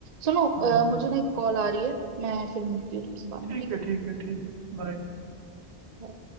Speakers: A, on the right; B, on the right.
A: सुनो अ,
B: हाँ, हाँ।
A: मुझे ना एक कॉल आ रही है मैं फिर मिलती हूँ तुमसे बाद में
B: ठीक
A: ठीक
B: है
A: है
B: ठीक है ठीक है बाय
A: Bye.